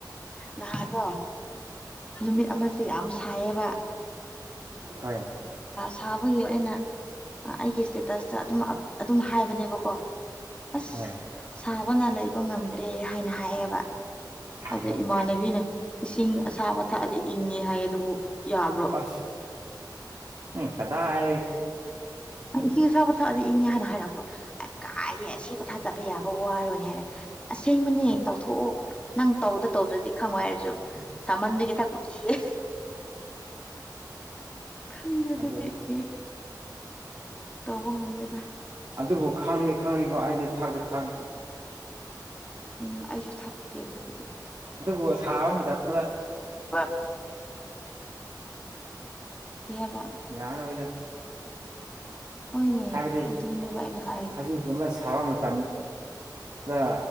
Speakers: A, on the left; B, on the right.
A: ꯅꯍꯥꯗꯣ ꯅꯨꯃꯤꯠ ꯑꯃꯁꯦ ꯌꯥꯝ ꯁꯥꯏꯌꯦꯕ
B: ꯍꯥꯏ
A: ꯁꯥꯕꯒꯤ ꯑꯩꯅ ꯑꯩꯒꯤ ꯏꯁꯇꯦꯇꯁꯇ ꯑꯗꯨꯝ ꯑꯗꯨꯝ ꯍꯥꯏꯕꯅꯦꯕꯀꯣ ꯑꯁ
B: ꯍꯣꯏ
A: ꯁꯥꯕꯅ ꯂꯩꯕ ꯉꯝꯗ꯭ꯔꯦ ꯍꯥꯏꯅ ꯍꯥꯏꯑꯌꯦꯕ ꯑꯗꯨ
B: ꯍꯣꯏ
A: ꯏꯃꯥꯟꯅꯕꯤꯅꯦ ꯏꯁꯤꯡ ꯑꯁꯥ ꯑꯊꯥ ꯗꯤ ꯏꯪꯉꯦ ꯍꯥꯏꯌꯦꯦ ꯑꯗꯨꯕꯨ ꯌꯥꯕ꯭ꯔꯣ
B: ꯑꯁ ꯎꯝ ꯀꯗꯥ
A: ꯏꯁꯤꯡ ꯑꯁꯥꯕ ꯊꯛꯑꯗꯤ ꯏꯪꯉꯦ ꯍꯥꯏꯅ ꯍꯥꯏꯔꯛꯄꯣ ꯑꯦ ꯀꯥꯏꯔꯤ ꯁꯤꯕꯨ ꯊꯥ ꯆꯠꯄ ꯌꯥꯕ ꯋꯥꯔꯣꯏꯅꯦ ꯍꯥꯏꯔꯦ ꯑꯁꯦꯡꯕꯅꯦ ꯇꯧꯊꯣꯛꯑꯣ ꯅꯪ ꯇꯧꯗ ꯇꯧꯗ꯭ꯔꯗꯤ ꯈꯪꯉꯣꯏ ꯍꯥꯏꯔꯁꯨ ꯁꯃꯟꯗꯒꯤ ꯊꯛꯄ ꯀꯤꯌꯦꯦ
B: <unintelligible>
A: ꯈꯪꯗꯦ ꯑꯗꯨꯗꯤ
B: ꯑꯗꯨꯅꯤ
A: ꯑꯩ ꯇꯧꯕ ꯉꯝꯃꯣꯏꯗ
B: ꯑꯗꯨꯕꯨ ꯈꯪꯅꯤ ꯈꯪꯅꯤꯀꯣ ꯑꯩꯗꯤ ꯊꯥꯛꯀ ꯊꯥꯛ
A: ꯎꯝ ꯑꯩꯁꯨ ꯊꯥꯛꯇ ꯑꯦꯇꯩ ꯈꯨꯗꯤ
B: ꯑꯗꯨꯕꯨ ꯁꯥꯕ ꯃꯇꯝꯗ
A: ꯑ ꯀꯕ
B: ꯌꯥꯔꯣꯏꯗ
A: ꯍꯣꯏꯅꯦ
B: ꯍꯥꯏꯕꯗꯤ
A: ꯑꯗꯨꯅꯦꯕ ꯑꯩꯅ ꯍꯥꯏꯔꯤ
B: ꯍꯧꯖꯤꯛꯀꯕ ꯊꯥꯕ ꯃꯇꯝꯗ